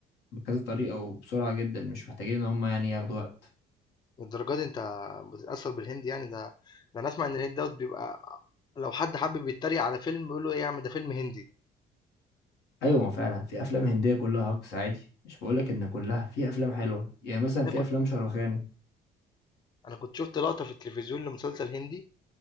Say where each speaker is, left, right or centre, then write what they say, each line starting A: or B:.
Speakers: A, on the left; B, on the left.
A: بكذا طريقه وبسرعه جدا مش محتاجين ان هما يعني ياخدوا وقت
B: للدرجه دي انت بتتاثر بالهندي يعني ده ده انا اسمع ان الهند دوت بيبقى لو حد حابب يتريق على فيلم يقول له ايه يا عم ده فيلم هندي
A: ايوه ما فعلا في افلام هنديه كلها هكس عادي مش بقولك ان كلها في افلام حلوه يعني مثلا
B: انا
A: في
B: كنت
A: افلام شاروخان
B: انا كنت شفت لقطة في التلفزيون لمسلسل هندي